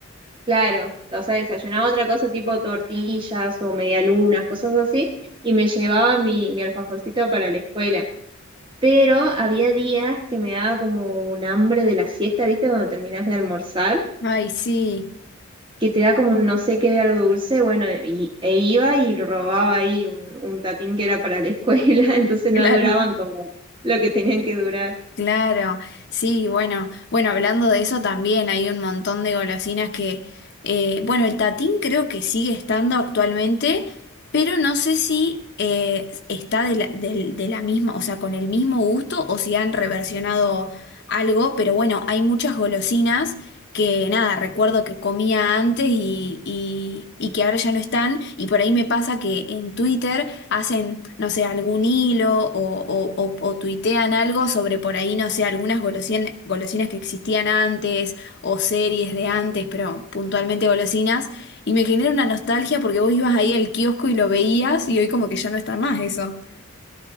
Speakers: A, on the right; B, on the left.
A: Claro, o sea, desayunaba otra cosa tipo tortillas o medialunas, cosas así, y me llevaba mi, mi alfajorcito para la escuela. Pero había días que me daba como un hambre de la siesta, ¿viste? Cuando terminas de almorzar,
B: Ay, sí,
A: que te da como un no sé qué de algo dulce, bueno, y, e iba y robaba ahí un, un tatín que era para la escuela, <laughs> entonces
B: claro,
A: no duraban como lo que tenían que durar.
B: claro. Sí, bueno, bueno, hablando de eso también hay un montón de golosinas que, eh, bueno, el tatín creo que sigue estando actualmente, pero no sé si eh, está de la, del- de la misma, o sea, con el mismo gusto o si han reversionado algo, pero bueno, hay muchas golosinas que nada, recuerdo que comía antes y, y- y que ahora ya no están, y por ahí me pasa que en Twitter hacen, no sé, algún hilo o, o, o- o tuitean algo sobre por ahí, no sé, algunas golosien- golosinas que existían antes o series de antes, pero puntualmente golosinas, y me genera una nostalgia porque vos ibas ahí al kiosco y lo veías y hoy como que ya no está más eso.